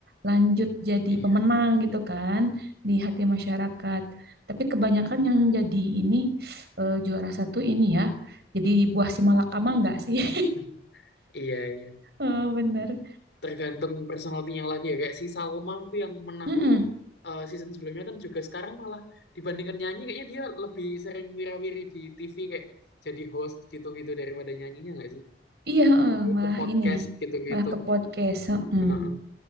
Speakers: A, on the right; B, on the left.
A: lanjut jadi
B: iya.
A: pemenang
B: heeh.
A: gitu kan di hati masyarakat. Tapi kebanyakan yang jadi ini eh, juara satu ini ya jadi buah si malakama nggak sih? <laughs>
B: <laughs> Iya iya.
A: Heeh, bener.
B: Tergantung personalitinya lagi ya. Kayak si Salma itu yang menang.
A: Mm-mm.
B: eh, season sebelumnya kan juga sekarang malah dibandingkan nyanyi kayaknya dia lebih sering wirawiri wiri di TV kayak jadi host gitu-gitu daripada nyanyinya nggak sih?
A: Iya, heeh,
B: YouTube
A: malah
B: podcast
A: ini,
B: gitu-gitu.
A: malah ke podcast, heeh,
B: Heeh.